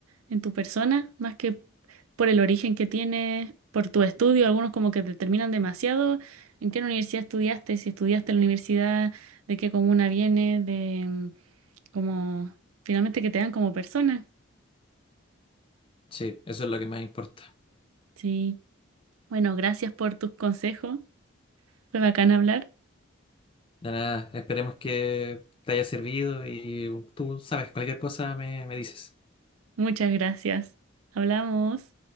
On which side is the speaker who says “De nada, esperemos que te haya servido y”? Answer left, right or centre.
Left